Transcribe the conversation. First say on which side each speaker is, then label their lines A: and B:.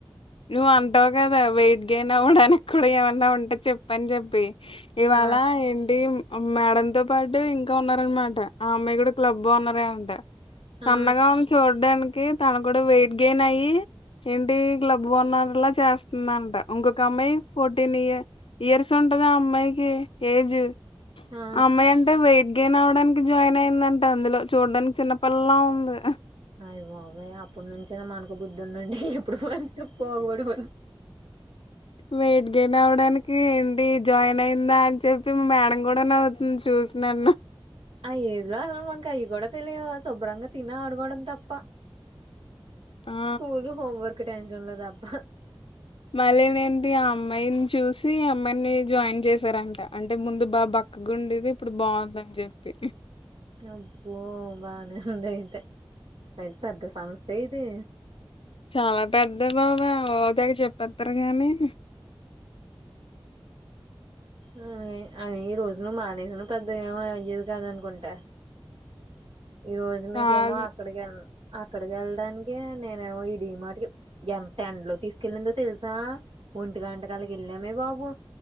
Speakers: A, on the left; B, on the right.
A: నువ్ అంటావ్ కదా వెయిట్ గేన్ అవ్వడానికి కూడా ఏమన్నా ఉంటే చెప్పని చెప్పి ఇవాళ
B: ఆ
A: ఏంటి మేడమ్ తో పాటు ఇంకా ఉన్నారనమాట ఆ అమ్మాయి కూడా క్లబ్ ఓనర్ ఏ అంట
B: ఆ
A: సన్నగా ఉని చూడడానికి తను కూడా వెయిట్ గెయిన్ అయ్యి ఏంటి క్లబ్ ఓనర్లా చేస్తుందంట ఇంకొక అమ్మాయి ఫోర్టీన్ ఇయర్ ఇయర్స్ ఉ ఉంటంది అమ్మాయికి ఏజ్
B: ఆ
A: అమ్మాయి అంట వెయిట్ గేన్ అవడానికి జాయిన్ అయిందంటే అందులో చూడ్డానికి చిన్న పిల్లలా ఉంది
B: అయ బాబాయ్ అప్పడు నుంచేనా మనకు బుద్ధి ఉండి ఉంటే అప్పుడు మ పోగబడ మ
A: వెయిట్ గెయిన్ అవడానికి ఏంటి జాయిన్ అయిందా అని చెప్పి మేడం కూడా నవ్వుతుంది చూసి నన్న
B: ఆ ఏజ్ లో అసలు మనకి అవి కూడా తెలియదు శుభ్రంగా తిన ఆడుకోవడం తప్ప
A: ఆ
B: స్కూల్ హోమ్వర్క్ టెన్షన్ లు తప్ప
A: మళ్ళీ నేంటి ఆ అమ్మాయిని చూసి అమ్మాయిని జాయిన్ చేసారంట అంటే ముందు బా గుండేది ఇప్పుడు బాగుందని చెప్పి
B: అబ్బో బానే ఉందితయితే అయి పెద్దా సంస్థ ఏ ఇది
A: చాలా పెద్దె బాబాయ్ ఓదగ చెప్పస్తారు గాని <inaudible>
B: అలాగా ఈ రోజునువు మానేసను పెద్ద ఏమో అయ్యేదు కాదనుకుంట ఈ రోజు
A: కాదు
B: నీకేమో అక్కడికి వెళ్ళ అక్కడికి వెళ్ళడానికి నేను ఇ డిమార్ట్కి ఎంత ఎండలో తీసుకెళ్ళిందో తెలుసా ఒంటిగాంటకాలకి వెళ్ళామే బాబు